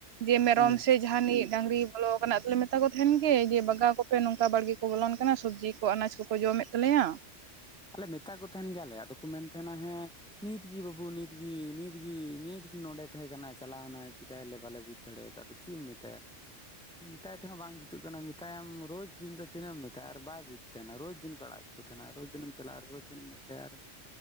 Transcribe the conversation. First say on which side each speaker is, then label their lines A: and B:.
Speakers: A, on the right; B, in the centre.
A: ᱡᱮ ᱢᱮᱨᱚᱢ
B: ᱦᱩᱸ
A: ᱥᱮ ᱡᱟᱦᱟᱱᱤᱡ ᱰᱟᱝᱨᱤ ᱵᱚᱞᱚ ᱟᱠᱟᱱᱟ ᱛᱚᱞᱮ ᱢᱮᱛᱟ ᱠᱚ ᱛᱟᱦᱮᱱ ᱜᱮ ᱡᱮ ᱵᱟᱜᱟᱣ ᱠᱚᱯᱮ ᱱᱚᱝᱠᱟ ᱵᱟᱲᱜᱮ ᱠᱚ ᱵᱚᱞᱚᱱ ᱠᱟᱱᱟ ᱥᱚᱵᱽᱡᱤ ᱠᱚ ᱟᱱᱟᱡᱽ ᱠᱚᱠᱚ ᱡᱚᱢᱮᱫ ᱛᱟᱞᱮᱭᱟ᱾
B: ᱟᱞᱮ ᱢᱮᱛᱟ ᱠᱚ ᱛᱟᱦᱮᱱ ᱜᱮᱭᱟᱞᱮ ᱟᱫᱚ ᱠᱚ ᱢᱮᱱ ᱛᱟᱦᱮᱱᱟ ᱦᱮᱸ ᱱᱤᱛᱜᱤ ᱵᱟᱹᱵᱩ ᱱᱤᱛᱜᱤ ᱱᱤᱛᱜᱤ ᱱᱤᱛᱜᱤ ᱱᱚᱸᱰᱮ ᱛᱟᱦᱮᱸ ᱠᱟᱱᱟᱭ ᱪᱟᱞᱟᱣᱱᱟᱭ ᱪᱤᱠᱟᱭᱟᱞᱮ ᱵᱟᱞᱮ ᱵᱩᱡᱽ ᱫᱟᱲᱮᱭᱟᱫᱟ ᱟᱫᱚ ᱪᱤᱢ ᱢᱮᱛᱟᱭᱟ, ᱢᱮᱛᱟᱭ ᱛᱮᱦᱚᱸ ᱵᱟᱝ ᱡᱩ ᱛᱩᱜ ᱠᱟᱱᱚᱢ ᱢᱮᱛᱟᱭᱟᱢ ᱨᱳᱡᱽᱫᱤᱱ ᱫᱚ ᱛᱤᱱᱟᱜ ᱮᱢ ᱢᱮᱛᱟᱭ-ᱟ ᱟᱨ ᱵᱟᱭ ᱵᱩᱡᱽ ᱛᱟᱦᱮᱱᱟ ᱨᱳᱡᱽᱫᱤᱱ ᱠᱚ ᱟᱲᱟᱜ ᱠᱚ ᱛᱟᱦᱮᱱᱟ ᱨᱳᱡᱽᱫᱤᱱᱮᱢ ᱪᱟᱞᱟᱜ-ᱟ ᱟᱨ ᱨᱳᱡᱽ ᱫᱤᱱᱮᱢ ᱢᱮᱛᱟᱭᱟ ᱟᱨᱮ ᱢᱮᱱᱟ